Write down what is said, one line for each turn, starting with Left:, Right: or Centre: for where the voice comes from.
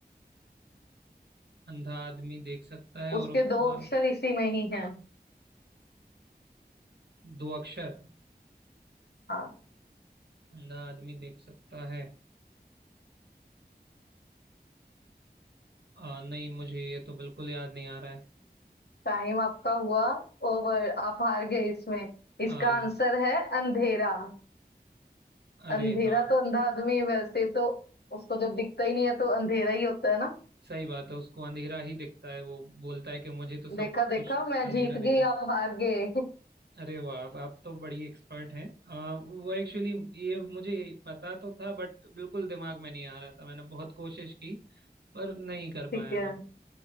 Right: अंधा आदमी देख सकता है
Left: उसके
Right: और उसका
Left: दो अक्षर इसी में ही हैं
Right: दो अक्षर
Left: हाँ
Right: अंधा आदमी देख सकता है आ, नहीं मुझे ये तो बिल्कुल याद नहीं आ रहा है
Left: टाइम आपका हुआ ओवर आप हार गए इसमें
Right: आ,
Left: इसका आंसर है अंधेरा
Right: अरे
Left: अंधेरा
Right: हाँ
Left: तो अंधा आदमी है, वैसे तो उसको जब दिखता ही नहीं है तो अंधेरा ही होता है ना
Right: सही बात है उसको अंधेरा ही दिखता है वो बोलता है कि मुझे तो सब
Left: देखा देखा
Right: कुछ अंधेरा
Left: मैं जीत
Right: दिख
Left: गई
Right: रहा है
Left: आप हार गए <laughs>
Right: अरे वाह आप तो बड़ी एक्सपर्ट हैं आ, वो एक्चुअली ये मुझे पता तो था बट बिल्कुल दिमाग में नहीं आ रहा था मैंने बहुत कोशिश की पर नहीं कर
Left: ठीक
Right: पाया
Left: है
Right: मैं